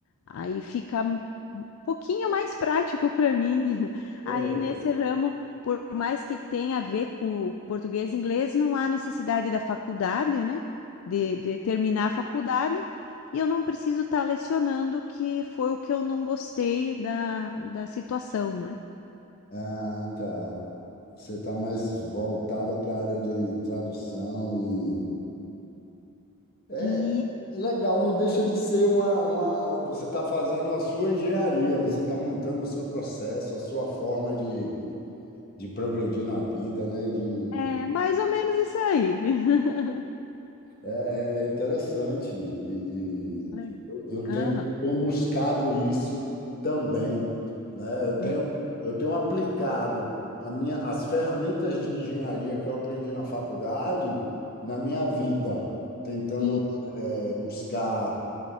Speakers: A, on the left; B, on the left.
A: Aí fica um pouquinho mais prático para mim. <laughs>
B: Hum.
A: Aí nesse ramo, por mais que tenha a ver com português e inglês, não há necessidade da faculdade, né? De, de terminar a faculdade. E eu não preciso estar lecionando, que foi o que eu não gostei da, da situação, né?
B: Ah, tá. Você está mais voltada para a área de tradução e é
A: E
B: legal, não deixa de ser uma, uma... Você está fazendo a sua engenharia, você está montando o seu processo, a sua forma de, de progredir na vida, né? De, de
A: é mais ou menos isso aí. <laughs>
B: É, é é interessante. E, e
A: Le-
B: eu, eu tenho,
A: Aham.
B: eu tenho buscado isso também, né? Eu tenho,
A: É.
B: eu tenho aplicado a minha, as ferramentas de engenharia que eu aprendi na faculdade na minha vida, tentando,
A: Isso.
B: eh, buscar